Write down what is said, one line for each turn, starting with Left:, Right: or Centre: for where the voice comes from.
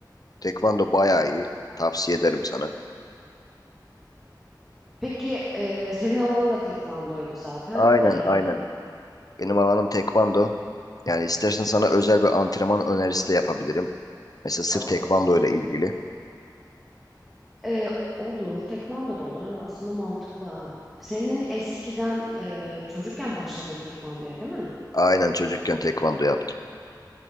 Left: Tekvando bayağı iyi. Tavsiye ederim sana.
Centre: Peki e, senin alanın da tekvandoydu zaten.
Left: Aynen
Centre: E,
Left: aynen. Benim alanım tekvando. Yani istersen sana özel bir antrenman önerisi de yapabilirim. Mesela sırf
Centre: oo.
Left: tekvando ile ilgili.
Centre: Ee, olur. Tekvando da olur ama aslında mantıklı ha. Senin eskiden e, çocukken başladın tekvandoya değil mi?
Left: Aynen çocukken tekvando yaptım.